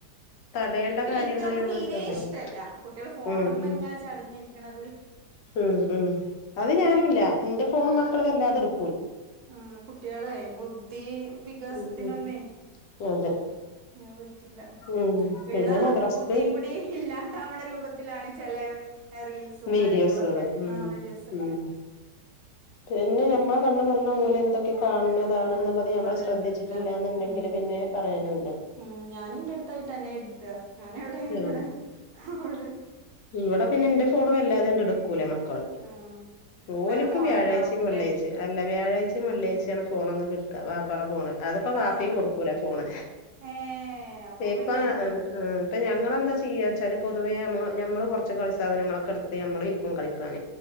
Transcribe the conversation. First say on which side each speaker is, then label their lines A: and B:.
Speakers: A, on the left; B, on the right.
A: തടയേണ്ട കാര്യങ്ങൾ
B: എനിക്ക് അത്
A: നമ്മള്
B: തീരെ
A: തടയണം
B: ഇഷ്ടല്ല കുട്ടികൾ ഫോണുമ്മ
A: ഉം ഉം
B: എങ്ങനെ ചടഞ്ഞിരിക്കണത്
A: ഉം ഉം അത് ഞാനുല്ല ഇന്റെ ഫോണും മക്കൾ വല്ലാതെ ഇട്
B: ആ കുട്ട്യാളെ ബുദ്ധി വികാസത്തിനൊന്നേ
A: ഉം ഉം അതെ
B: അത്പറ്റില്ല
A: ഉം
B: ഉള്ള
A: പിന്നെ മദ്രസ്ക്ക്
B: ബുദ്ധിയും കൂടി ഇല്ലാണ്ടാവണ രൂപത്തിലാണ് ചെല റീൽസും
A: വീഡിയോസുകള്
B: കാര്യങ്ങളൊക്കെ
A: ഉം
B: ആ വീഡിയോസോക്കെ
A: ഉം പിന്നെ ഞമ്മളെ കണ്ണ് മറഞ്ഞ ഓലെന്തോ ക്കേ കാണ്ന്നതാണ്ന്ന്ള്ളത്
B: കാണാന്നും
A: ഞമ്മള്
B: പറയാനും
A: ശ്രദ്ധിച്ചിട്ടില്ലാന്ന്ണ്ടെങ്കിൽ
B: പറ്റില്ല ഉം
A: പിന്നെ പറയാനു
B: ഉം ഞാനിന്റെ എട്ത്തായിട്ടെന്നെ ഇര്ത്ത എവിടെ നിക്കണെ
A: ആഹ്
B: അവിടെ
A: ഇവിടെ പിന്നെ ന്റെ ഫോണ് വല്ലാതെണ്ട് ട് ക്കൂല മക്കൾ
B: ആ
A: ഓല്ക്ക്
B: വേറെ ഫോൺ
A: വ്യാഴാഴ്ചയും
B: ഉണ്ടാവും
A: വെള്ളിയാഴ്ചയും
B: ല്ലേ
A: അല്ല വ്യാഴാഴ്ച്ചയും വെള്ളിയാഴ്ച്ചയാണ് ഫോണൊന്ന് കിട്ടാ വാപ്പാടെ ഫോണ് അതിപ്പോ വാപ്പിം
B: ആ
A: കൊടുക്കൂല ഫോണ്
B: ഏ അപ്പൊ
A: ഇപ്പം
B: പിന്നെ
A: ഞങ്ങളെന്ത ചെയ്യ എന്താ ച്ചാല് പൊതുവേ നമ്മ ഞമ്മൾ കൊറച്ച് കളി സാധനങ്ങളൊക്കെ എടുത്ത് നമ്മളിരിക്കും കളി ക്കാൻ